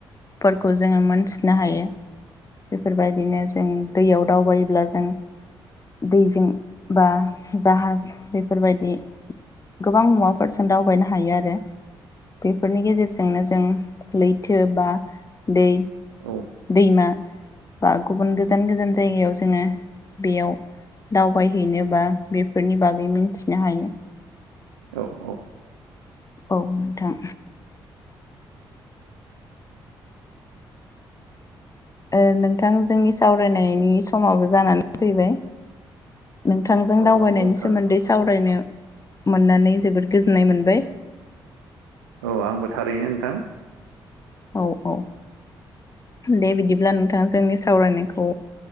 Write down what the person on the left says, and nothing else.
फोरखौ जोङो मोनथिनो हायो बेफोरबायदिनो जों दैयाव दावबायोब्ला जों दैजों बा जाहाज बेफोरबायदि गोबां मुवाफोरजों दावबायनो हायो आरो बेफोरनि गेजेरजोंनो जों लैथो बा दै
दैमा। बा गुबुन गोजान गोजान जायगायाव जोङो बेयाव दावबायहैनो बा बेफोरनि बाग बागै मिन्थिनो हायो।
औ नोंथां। ओ नोंथां जोंनि सावरायनायनि समाबो जानानै फैबाय नोंथांजों
दावबायनायनि
सोमोन्दै सावरायनो मोननानै जोबोद गोजोननाय मोनबाय
औ औ दे बिदिब्ला नोंथां जोंनि सावरायनायखौ